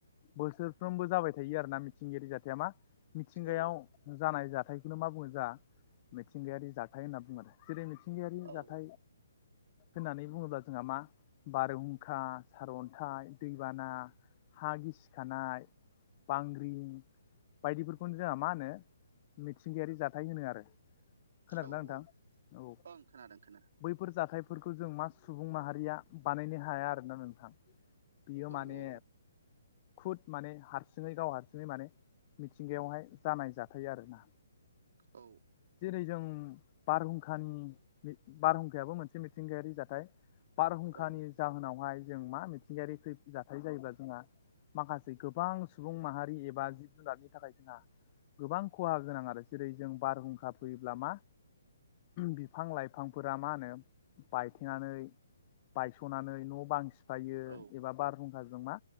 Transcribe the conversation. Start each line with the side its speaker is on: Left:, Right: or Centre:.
Left: बोसोरफ्रोमबो जाबाय थायो आरोना। मिथिंगायारि जाथाया मा मिथिंगायाव
Right: औ
Left: जानाय जाथाय बेखौ मा बुङो जा मिथिंगायारि जाथाय होनना बुङो आरो जेरै मिथिंगायारि
Right: औ
Left: जाथाय होननानै बुङोब्ला जोंहा मा बारहुंखा सारअन्थाइ, दैबाना, हा गिसिखानाय बांग्रिं बायदिफोरखौनो जोंहा मा होनो सिंगिायारि जाथाय होनो आरो खोनादोंना
Right: औ
Left: नोंथां?
Right: औ
Left: औ
Right: ओं खोनादों खोनादों
Left: बैफोर जाथायफोरखौ जों मा सुबुं माहारिया बानायनो हाया आरोना नोंथां। बियो माने
Right: औ
Left: खुद माने हारसिङै गाव हारसिङै माने मिथिंगायावहाय जानाय जाथाय आरोना
Right: औ
Left: जेरै जों बारहुंखानि बारहुंखायाबो मोनसे मिथिंगायारि जाथाय। बारहुंखानि
Right: औ
Left: जाहोनावहाय जों मा मिथिंगायारि जाथाय जायोबा जोंहा माखासे गोबां सुबुं माहारि एबा जिब जुनारनि थाखाय जोंहा गोबां खहा गोनां आरो जेरै-जों बारहुंखा फैयोब्ला मा बिफां लाइफांफोरा मा होनो बायथेनानै बायस'नानै न' बां सिफायो
Right: औ
Left: एबा बारहुंखाजों मा